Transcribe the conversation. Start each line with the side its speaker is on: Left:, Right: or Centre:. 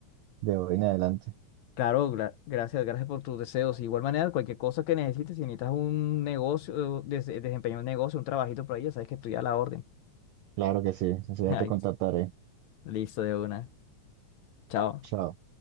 Right: de hoy en adelante.
Left: Claro, gra- gracias, gracias por tus deseos. De igual manera, cualquier cosa que necesites, si necesitas un negocio, des- desempeñar un negocio, un trabajito por ahí, ya sabes que estoy a la orden.
Right: Claro que sí, enseguida
Left: <laughs> Ay,
Right: te contactaré.
Left: listo de una. Chao.
Right: Chao.